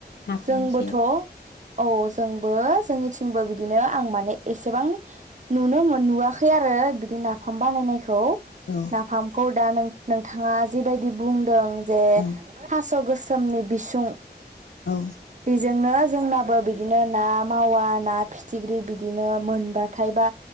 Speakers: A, on the left; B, on the right.
A: नाफामनि
B: जोंबोथ
A: सायाव
B: औ जोंबो जोंनि। थिबो बिदिनो आं माने एसेबां। नुनो मोनबोआखै आरो। बिदि नाफाम बानायनायखौ।
A: औ
B: नाफामखौ दा नों। नोंथाङा जिबायदि बुंदों। जे
A: औ
B: थास गोसो। रोखोमनि बिसुं।
A: औ
B: बिजोंनो। जोंनाबो बिदिनो ना मावा ना फिथिख्रि बिदिनो मोनबाथाय बा